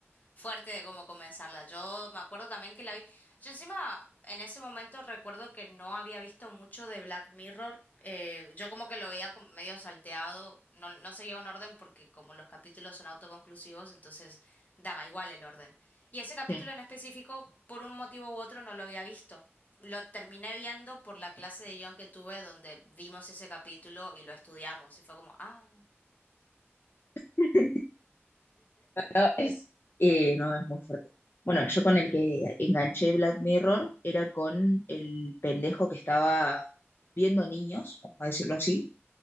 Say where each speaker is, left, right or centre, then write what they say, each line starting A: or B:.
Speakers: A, on the left; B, on the left.
A: fuerte de cómo comenzarla. Yo me acuerdo también que la vi. Yo encima en ese momento recuerdo que no había visto mucho de Black Mirror. Eh, yo como que lo veía como medio salteado, no, no seguía un orden porque como los capítulos son autoconclusivos, entonces daba igual el orden. Y ese capítulo
B: Sí.
A: en específico, por un motivo u otro, no lo había visto. Lo terminé viendo por la clase de guión que tuve donde vimos ese capítulo y lo estudiamos. Y fue como, ah,
B: <laughs> No, es, eh, no, es muy fuerte. Bueno, yo con el que enganché Black Mirror era con el pendejo que estaba viendo niños, vamos a decirlo así